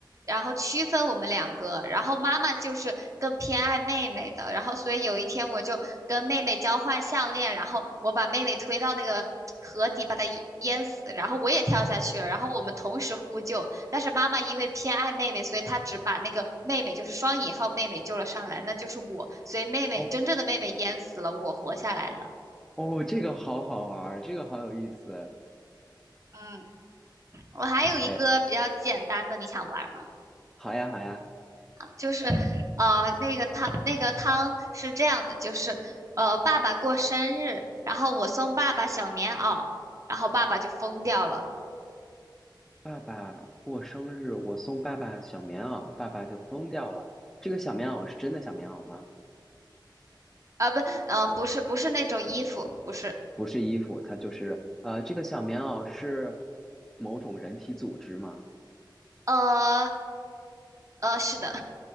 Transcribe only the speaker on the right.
然后区分我们两个，然后妈妈就是更偏爱妹妹的，然后所以有一天我就跟妹妹交换项链，然后我把妹妹推到那个 <tsk> 河底把她淹淹死，然后我也跳下去了，然后我们同时呼救，但是妈妈因为偏爱妹妹，所以她只把那个妹妹，就是双引号妹妹救了上来，那就是我。所以妹妹真正的妹妹淹死了，
我活下来了。
嗯，我还有一个比较简单的，
你想玩吗？
就是 <sniffs>，呃，那个汤，那个汤是这样的，就是，呃，爸爸过生日，然后我送爸爸小棉袄，然后爸爸就疯掉了。
啊，不，呃，不是，不是那种衣服，不是，
呃，呃，是的，